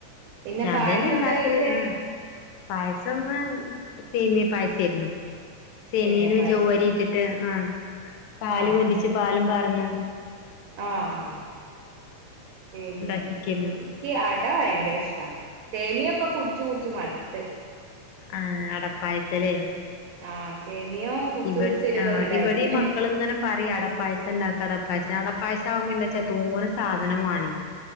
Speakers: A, on the right; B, on the left.
A: പിന്നെ
B: ഞാൻ
A: പായസം
B: തന്നെ ണ്ടാക്കല്
A: എന്താ വെച്ചേ
B: ആഹ് പായസംന്ന് സേമിയ പായസെ ആയിരുന്നു സെമീനും
A: സേമിയ പായസം
B: ചവ്വരി ഇട്ടിട്ട് ആഹ് പാല്
A: ആ
B: കൊണ്ടരിച്ച് പാലും പാർന്ന്
A: ആഹ് ആഹ് സേമിയം
B: ഉണ്ടാക്കിക്കായിരുന്നു
A: ഉം ക്ക് അട ഭയങ്കര ഇഷ്ടാ സേമിയപ്പൊ കുടിച്ചു കുടിച്ച് മടുത്ത്
B: ആഹ് അടപ്പായസലെ
A: ആഹ് സേമിയോ കുടിച്ച്
B: ഇവിട്
A: കുടിച്ചൊരു
B: ആഹ്
A: ഇതായിക്കണ്
B: ഇവിടെ ഈ മക്കള് ഇങ്ങനെ പറയ് അട പായസംണ്ടാക്ക അട പായസം അട പായസം ആവുമ്പോ എന്താച്ചാ തോനെ സാ - ധനം വാണേ